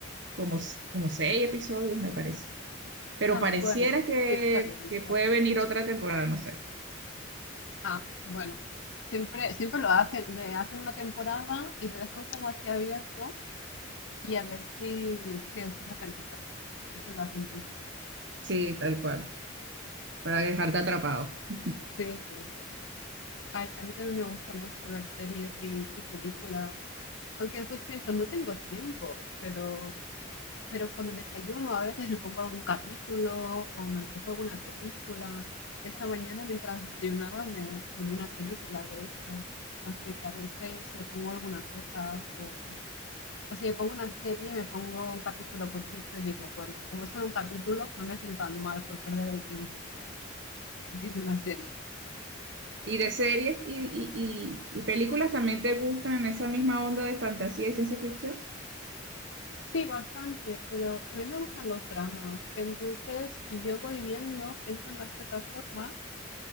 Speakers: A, on the right; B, on the left.
A: como, s- como seis episodios, me parece. Pero
B: Ah,
A: pareciera
B: bueno,
A: que,
B: sí, está bien,
A: que
B: está
A: puede
B: bien.
A: venir otra temporada, no sé.
B: Ah, bueno, siempre, siempre lo hacen, de hacen una temporada y lo dejan como así abierto y a ver si, si después hacen otra. Eso lo hacen mucho.
A: Sí, tal cual, para dejarte atrapado. <laughs>
B: Sí, sí, sí. Ay, a mí también me gusta mucho ver series y, y películas, aunque después pienso, no tengo tiempo, pero, pero cuando desayuno a veces me pongo algún capítulo o me empiezo alguna película. Esta mañana mientras desayunaba me, me vi una película, de hecho, así que a veces me pongo alguna cosa o, o si me pongo una serie, me pongo un capítulo cortito y digo, bueno, como es solo un capítulo, no me siento tan mal por perder el tiempo <laughs> viendo una serie.
A: Y de series y, y, y, y películas también te gustan en esa misma onda de fantasía y ciencia ficción.
B: Sí, bastante, pero también me gustan los dramas. Entonces, yo voy viendo, entro en las plataformas